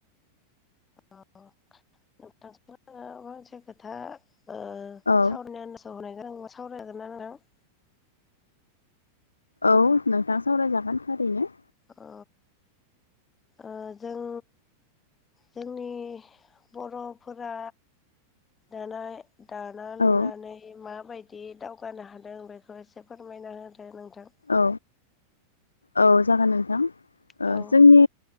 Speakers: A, on the left; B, on the left.
A: अ नोंथांजों आङो मानसे खोथा ओ
B: औ
A: सावरायनो आन्दासाव <unintelligible>
B: औ नोंथां सावरायजागोन थारैनो।
A: अ ओ जों जोंनि बर'फोरा दानाय दाना लुनानै
B: औ
A: इ माबायदि दावगानो हादों बेखौ एसे फोरमायना होदो नोंथां।
B: औ औ जागोन नोंथां। ओ
A: औ
B: जोंनि